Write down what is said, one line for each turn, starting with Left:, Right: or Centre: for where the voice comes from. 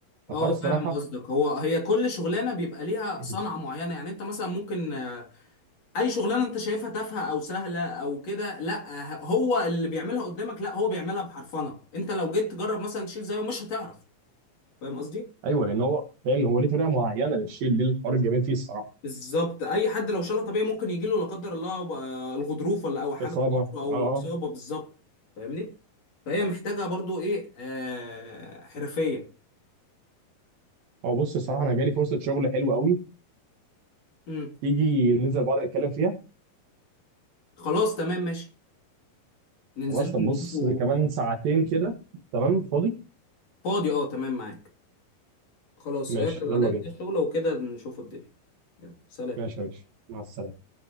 Left: اه
Right: فالحوار الصراحه
Left: فاهم قصدك هو هي كل شغلانه بيبقى ليها
Right: <laughs>
Left: صنعه
Right: <clears throat>
Left: معينه يعني انت مثلا ممكن آه، اي شغلانه انت شايفها تافهه او سهله او كده لا آه، هو اللي بيعملها قدامك لا هو بيعملها بحرفنه انت لو جيت تجرب مثلا تشيل زيه مش هتعرف فاهم قصدي
Right: ايوه لان هو فاهم هو ليه طريقه معينه للشيل دي الحوار الجميل فيه الصراحه
Left: بالظبط اي حد لو شالها طبيعي ممكن يجي له لا قدر الله بقى الغضروف ولا او حاجه
Right: اصابه
Left: في ضهره او
Right: اه اه
Left: اصابه بالظبط فاهمني فهي محتاجه برضو ايه آه حرفيه
Right: هو بص الصراحه انا جالي فرصه شغل حلوه قوي
Left: امم
Right: تيجي ننزل بعض نتكلم فيها
Left: خلاص تمام ماشي ننزل
Right: خلاص طب
Left: نشوفه
Right: بص كمان ساعتين كده تمام
Left: مم.
Right: فاضي
Left: فاضي اه تمام معاك خلاص
Right: ماشي
Left: اعرض
Right: يلا
Left: عليك
Right: بينا
Left: الشغل وكده نشوفه الدنيا يلا سلام
Right: ماشي يا باشا مع السلامه